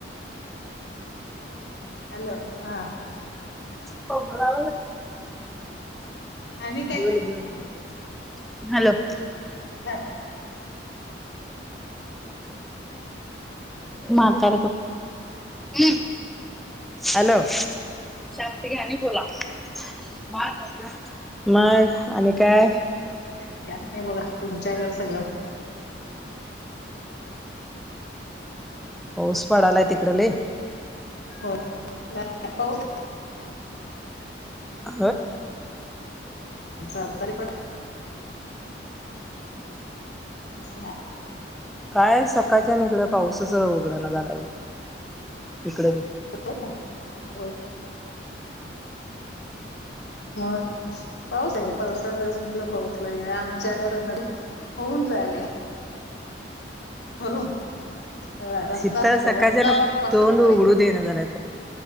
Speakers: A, on the left; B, in the centre.
A: हॅलो हा
B: कबळा
A: आणि काय
B: बोल
A: काय
B: बोल हॅलो
A: हा
B: माातड क हम्म हॅलो शांती घ्यानी बोला मा मग आणि काय
A: अछ नाही बघा तुमच्या घर सगळं
B: पाऊस पडालाय तिकड ल
A: हो पाऊस
B: आ
A: सरकार प असशा
B: काय सकाळच्या निकड पावसाच उघड ना झालाय बघ इिकड
A: हो हो म हो ते पावसाळ दिवस म्हटलं पाोसलं आमच्याकडे न होऊन जायल कररून सगळा रस्ता
B: इथं
A: सगळ
B: सकाळच्यान
A: रस्त्यावर पसरे
B: तोंड उघडू देणं झालाय